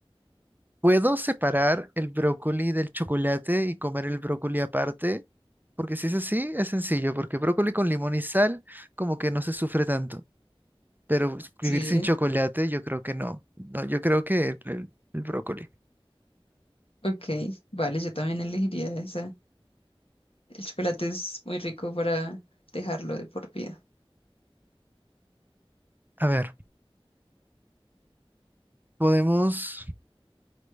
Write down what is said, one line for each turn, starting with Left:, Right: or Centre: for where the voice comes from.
Right: ¿Puedo separar el brócoli del chocolate y comer el brócoli aparte? Porque si es así, es sencillo, porque brócoli con limón y sal como que no se sufre tanto, pero
Left: Sí,
Right: vivir sin chocolate yo creo que no. No, yo creo que el, el- el brócoli.
Left: ok, vale, yo también elegiría esa. El chocolate es muy rico para dejarlo de por vida.
Right: A ver, podemos...